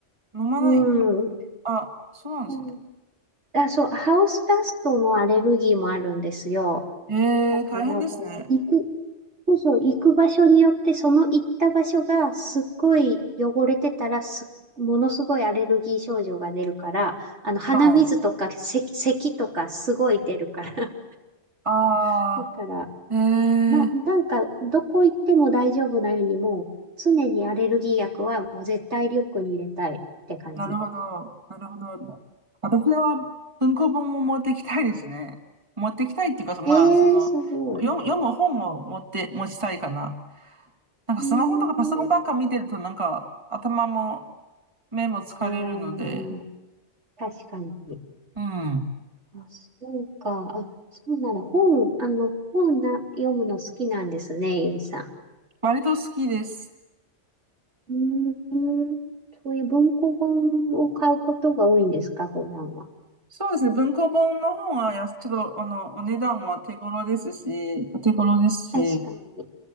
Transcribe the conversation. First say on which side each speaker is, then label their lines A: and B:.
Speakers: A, on the right; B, on the right.
A: 飲まない、
B: うん。う
A: あ、そうなんですね。
B: んあ、そう、ハウスダストのアレルギーもあるんですよ。
A: えー、
B: だから、
A: 大変ですね。
B: この、行く、そうそう、行く場所によって、その行った場所がすっごい汚れてたら、す、ものすごいアレルギー症状が出るから、あの、鼻水とか、
A: はい。
B: 咳、咳とかすごい出るから。
A: あ
B: <laughs> だから、
A: ー、えー。
B: な、なんか、どこ行っても大丈夫なように、もう、常にアレルギー薬はもう絶対リュックに入れたいって感じ。
A: なるほど。なるほど。私は文庫本も持ってきたいですね。持ってきたいっていうか、そまあ、
B: ええーすごい。
A: その、読む、
B: う
A: 読む本を持って、持ちたいかな。なんかスマホとかパソコンばっか見てると、
B: ーん。
A: なんか頭も目も疲れるので、
B: ああ、確かに。
A: うん。
B: あ、そうか。あ、そうなんだ。本、あの、本な、読むの好きなんですね、ゆいさ
A: 割と好きです。
B: ん。うーん。そういう文庫本を買うことが多いんですか、普段は。
A: そうですね。文庫本の本はやす、ちょっと、あの、お値段も手頃ですし、手頃ですし、
B: 確かに。